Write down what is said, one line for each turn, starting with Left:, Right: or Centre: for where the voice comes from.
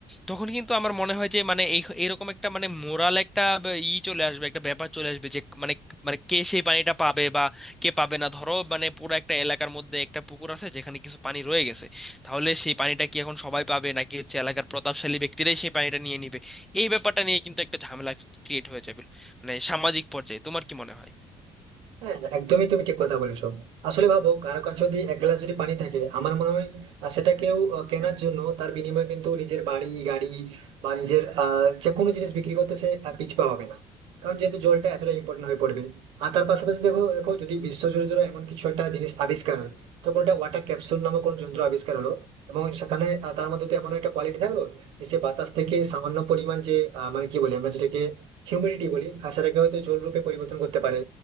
Centre: তখন কিন্তু আমার মনে হয় যে মানে এই এরকম একটা মানে মোরাল একটা ব- ই চলে আসবে একটা ব্যাপার চলে আসবে যে মানে মানে কে সেই পানিটা পাবে বা কে পাবে না ধরো মানে পুরো একটা এলাকার মধ্যে একটা পুকুর আছে যেখানে কিছু পানি রয়ে গেছে তাহলে সেই পানিটা কি এখন সবাই পাবে নাকি হচ্ছে এলাকার প্রতাপশালী ব্যক্তিরাই সেই পানিটা নিয়ে নিবে এই ব্যাপারটা নিয়ে কিন্তু একটা ঝামেলা ক্রিয়েট হয়ে যাবে মানে সামাজিক পর্যায়ে তোমার কি মনে হয়
Right: হ্যাঁ একদমই তুমি ঠিক কথা বলেছো আসলে ভাবো কারো কাছে যদি এক গ্লাস যদি পানি থাকে আমার মনে হয় আহ, সেটা কেউ আহ, কেনার জন্য তার বিনিময়ে কিন্তু নিজের বাড়ি গাড়ি বা নিজের আহ, যে কোনো জিনিস বিক্রি করতে সে আহ, পিছপা হবে না কারণ যেহেতু জলটা এতটা ইম্পর্টেন্ট হয়ে পড়বে আর তার পাশাপাশি দেখো দেখো যদি বিশ্ব জুড়ে ধরো এমন কিছু একটা জিনিস আবিষ্কার হয় তো কোনটা ওয়াটার ক্যাপসুল নামক কোন যন্ত্র আবিষ্কার হলো এবং সেখানে আহ, তার মধ্যে তো এমন একটা কোয়ালিটি থাকলো যে সে বাতাস থেকে সামান্য পরিমাণ যে আহ, মানে কি বলি আমরা যেটাকে হিউমিডিটি বলি আর সেটাকে হয়তো জল রূপে পরিবর্তন করতে পারে